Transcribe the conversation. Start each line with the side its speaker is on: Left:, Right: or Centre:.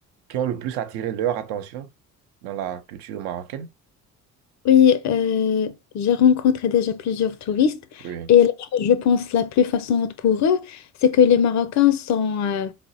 Right: qui ont le plus attiré leur attention dans la culture marocaine?
Left: Oui, euh, j'ai rencontré déjà plusieurs touristes
Right: Oui,
Left: et la chose, je pense, la plus façonnante pour eux, c'est que les Marocains sont euh,